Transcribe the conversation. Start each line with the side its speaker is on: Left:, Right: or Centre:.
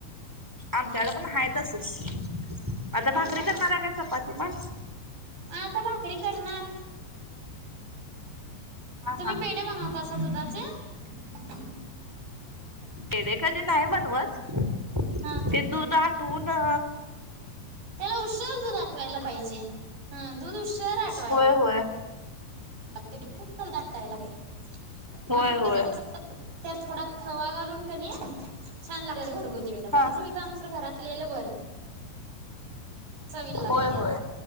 Centre: आमच्याकड पण हाय तसच आता
Right: आहे
Centre: भाकरी
Right: का?
Centre: करणार आहे काय चपाती मगं?
Right: आता भाकरी करणार,
Centre: हा
Right: तुम्ही
Centre: हा
Right: पेढे बनवतं असत होतात जा.
Centre: पेढे कधी नाही बनवत ते,
Right: हा
Centre: दूध तू ना.
Right: त्याला उशीर दूध आठवायला पाहिजे हा दूध उशीर आठवायला.
Centre: होय होय
Right: <unintelligible>
Centre: होय
Right: मग
Centre: होय.
Right: त्यात थोडा खवा घालून कनी छान लागतात घरगुरी बाहेर
Centre: हा
Right: विकत घरात केलं बरं. चवीला लागत्यात
Centre: होय होय